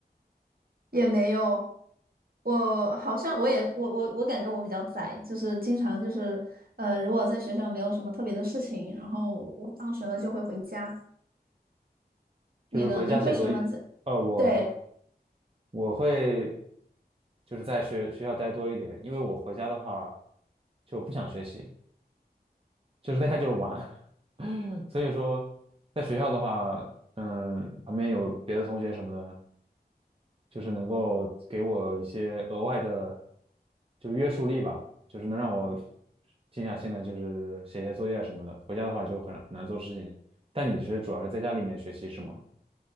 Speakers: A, on the right; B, on the right.
A: 也没有，我好像我也我我我感觉我比较宅，就是经常就是呃，如果在学校没有什么特别的事情，然后我放学了就会回家。
B: 就是回家写作业，
A: 你呢？你会喜欢在？
B: 呃，我都
A: 对
B: 我会就是在学学校待多一点，因为我回家的话就不想学习，就是在家就是玩，<laughs> 所以说在学校的话，嗯，旁边有别的同学什么的，就是能够给我一些额外的就约束力吧，就是能让我静下心来，就是写写作业什么的。回家的话就很很难做事情，但你是主要是在家里面学习是吗？